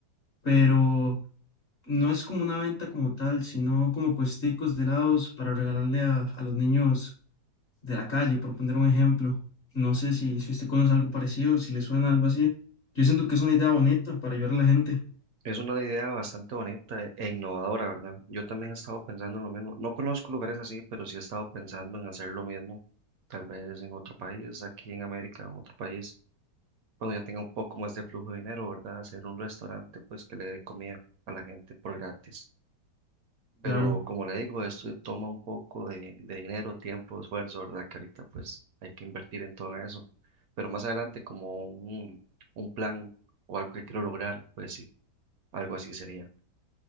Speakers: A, on the left; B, on the right.
A: pero no es como una venta como tal, sino como puesticos de helados para regalarle a, a los niños de la calle, por poner un ejemplo. No sé si, si usted conoce algo parecido, si le suena algo así. Yo siento que es una idea bonita para ayudar a la gente,
B: Es una idea bastante bonita e innovadora, ¿verdad? Yo también he estado pensando en lo mismo. No conozco lugares así, pero sí he estado pensando en hacer lo mismo, tal vez en otro país, aquí en América, en otro país, cuando ya tenga un poco más de flujo de dinero, ¿verdad? Hacer un restaurante, pues que le dé comida a la gente por gratis. Pero
A: claro.
B: como le digo, esto toma un poco de, de dinero, tiempo, esfuerzo, ¿verdad? Que ahorita pues hay que invertir en todo eso. Pero más adelante como un, un plan o algo que quiero lograr, pues sí, algo así sería.